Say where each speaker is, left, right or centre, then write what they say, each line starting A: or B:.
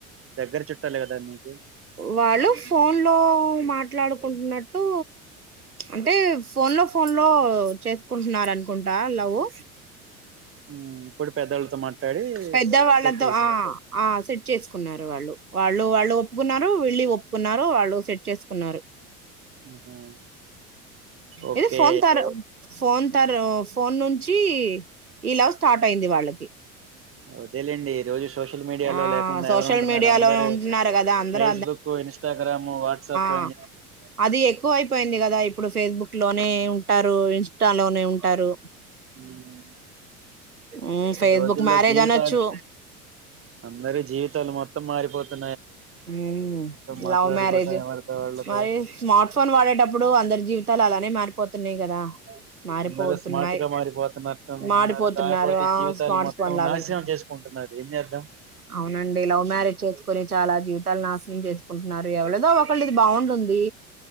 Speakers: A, on the right; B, on the right.
A: దగ్గర చుట్టాలే కదా మీకు
B: వాళ్ళు ఫోన్ లో మాట్లాడు కుంటున్నట్టు అంటే ఫోన్ లో ఫోన్ లో చేసుకుంటున్నారు అనుకుంటా. నవు
A: ఉమ్, ఇప్పుడు పెద్దోళ్ళతో మాట్లాడి
B: పెద్దవాళ్ళతో
A: సెట్ అయిపో
B: ఆ ఆ సె చేసుకున్నారు. వాళ్ళు వాళ్ళు వాళ్ళు ఒప్పుకున్నారు. వెళ్ళి ఒప్పుకున్నారు. వాళ్ళు సెట్ చేసుకున్నారు.
A: ఆహా ఓకే
B: ఏది ఫోన్ తార ఫోన్. తారు ఫోన్ నుంచి ఈ లవ్ స్టార్ట్ అయింది వాళ్లకి
A: వోద్దులేండి ఈరోజు స్ సోషల్ మీడియా
B: ఆ
A: లో లేకుండా
B: సోషల్
A: ఎవరుంటున్నారు
B: మీడియాలో
A: అందరు
B: ఉంటున్నారు కదా అందరూ
A: ఫేస్బుక్, ఇంస్టాగ్రాము, వాట్సపు.
B: అ అది ఎక్కువ అయిపోయింది కదా ఇప్పుడు ఫేస్బుక్లోన్ నే ఉంటారు ఇన్స్టాలోనే ఉంటారు.
A: ఉమ్,
B: ఊ ఫేస్బుక్
A: ఈ రోజుల్లో
B: మారజనొచు
A: జీవితాలు అందరి జీవితాలు మొత్తం మారిపోతు
B: ఊ
A: మాట్లాడుకోవటం
B: లవ్ మ్యారేజ్
A: ఎవరితో వాళ్ళతో
B: మరి స్మార్ట్ ఫోన్ వాడేటప్పుడు అందరి జీవితాలు అలానే మారిపోతున్నాయి కదా. మారిపోతున్నాయి
A: అందరూ స్మార్ట్ గా మారిపోతున్నరటు అనుకున్నారు
B: మారిపోతున్నారు
A: కాకపోతే
B: ఆ
A: జీవితాలు
B: స్మార్ట్
A: మొత్తం
B: ఫోన్ లాగానే
A: నాశనం చేసుకుంటున్నారు. మరి ఏం చేద్దాం.
B: అవునండి లవ్ మ్యారేజ్ చేసుకొనీ చాలా జీవితాలను నాశనం చేసుకుంటున్నారు ఎవలదో ఒకళ్ళది బాగుంటుంది.